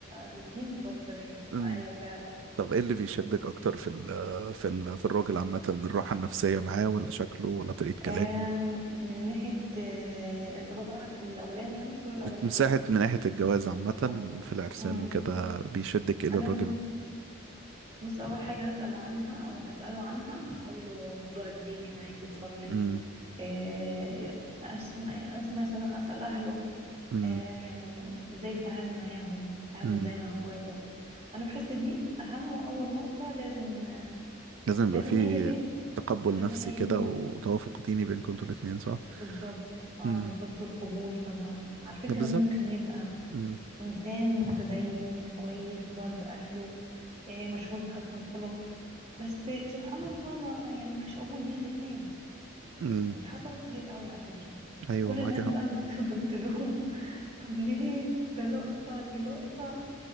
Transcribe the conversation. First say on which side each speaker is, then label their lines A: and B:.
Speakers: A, on the right; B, on the right.
A: الاتنين متوترين
B: طب
A: أيوة فعلا
B: طب ايه اللي بيشدك اكتر في ال في ال في الراجل عامة الراحة النفسية معاه ولا شكله ولا طريقة كلامه
A: آه من من ناحية آه الانطباع الأولاني يعني الصورة الأولانية
B: من ساعة من ناحية الجواز عامة
A: و...
B: في العرسان
A: مم.
B: وكده بيشدك ايه للراجل
A: أنا بن... بص أول حاجة هسأل عنها أو هسأله عنها هقول له موضوع الدين إيه معاك بتصلي
B: امم
A: آه أس... يعني أس... مثلا أسأل أهله
B: امم
A: آه يعني إزاي بيتعامل معاهم بيتعامل
B: امم
A: إزاي مع إخواته أنا بحس دي أهم وأول نقطة لازم
B: لازم يبقى
A: لازم
B: فيه
A: اي بنت
B: تقبل
A: لازم
B: نفسي
A: اي
B: كده
A: بنت
B: وتوافق ديني بينكم انتوا الاتنين صح؟
A: بالظبط اه
B: امم
A: بالظبط والقبول طبعا على فكرة
B: ده بالظبط
A: ممكن يبقى
B: امم
A: انسان متدين كويس بار باهله آه، مشهور بحسن الخلق بس سبحان الله ما يعني مفيش قبول بين الاتنين
B: امم
A: دي حصلت كتير قوي على فكرة
B: ايوه
A: كل
B: معاك
A: الناس
B: حق
A: بقى بتفضل تلوم <laughs> طب ليه ده لقطة دي لقطة